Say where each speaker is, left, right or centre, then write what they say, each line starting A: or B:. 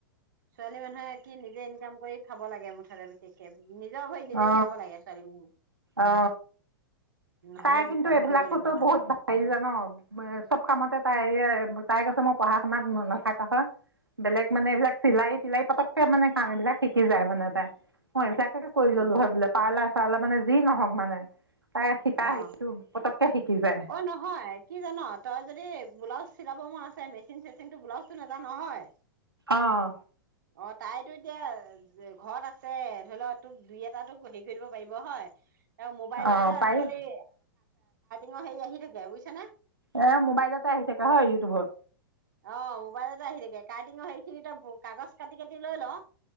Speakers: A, on the right; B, on the right.
A: ছোৱালী মানুহে কি নিজে ইনকাম কৰি খাব লাগে মুঠতে, বিশেষকে নিজৰ ভৰিত নিজে
B: অ
A: থিয় হ'ব লাগে ছোৱালী মানুহ।
B: অ
A: নহ'লে
B: তাই কিন্তু
A: বিপদত
B: এইবিলাকোতো
A: পৰিবলগীয়া হয়
B: বহুত হি জান চব কামতে তাই তাই কৈছে মই পঢ়া শুনাত নথকা হয় বেলেগ মানে এইবিলাক চিলাই তিলাই পতককে মানে কাম এইবিলাক শিকি যায় মানে তাই মই এইবিলাক কৰি
A: অ',
B: ললো হয় বোলে পাৰ্লাৰ চালাৰ মানে যি নহওক মানে তাই শিকা
A: অ',
B: হেৰিটো পতককে শিকি যায়
A: অ নহয় কি জান তই যদি বোলাচ চিলাব মন আছে মেচিন চেচিনত ব্লাজতো নেযা নহয়
B: আহ
A: অ তাইতো এতিয়া ঘৰত আছে ধৰি লওক তোক দুই এটা তোক কৰি দিব পাৰিব হয় আৰু মোবাইলতে
B: অ
A: আজিকালি
B: পাৰি
A: ক <unintelligible> মই হেৰি আহ থাকে বুজিছা নে
B: এ মোবাইলতে আহি থাকে হয় ইউটিউবত
A: অ মোবাইলত এ আহি থাকে কেৰাতিঙৰ সেইখিনিটো ব কাগজ কাটি কাটি লৈ ল